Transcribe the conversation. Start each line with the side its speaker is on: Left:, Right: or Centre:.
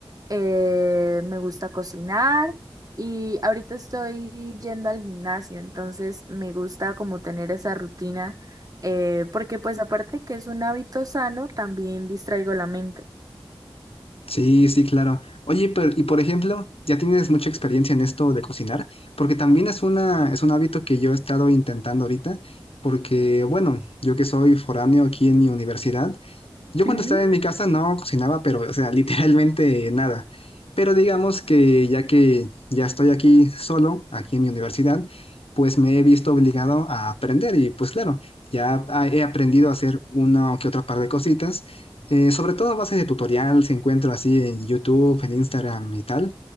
Right: Eh, me gusta cocinar y ahorita estoy yendo al gimnasio, entonces me gusta como tener esa rutina, eh, porque pues aparte que es un hábito sano, también distraigo la mente.
Left: Sí, sí, claro. Oye, pero, y por ejemplo, ya tienes mucha experiencia en esto de cocinar, porque también es una, es un hábito que yo he estado intentando ahorita, porque, bueno, yo que soy foráneo aquí en mi universidad, yo
Right: Sí,
Left: cuando estaba en mi casa no cocinaba, pero, o sea, <laughs> literalmente nada. Pero digamos que ya que ya estoy aquí solo, aquí en mi universidad, pues me he visto obligado a aprender y pues claro, ya a- he aprendido a hacer una que otra par de cositas, eh, sobre todo a base de tutorial, se encuentro así en YouTube, en Instagram y tal.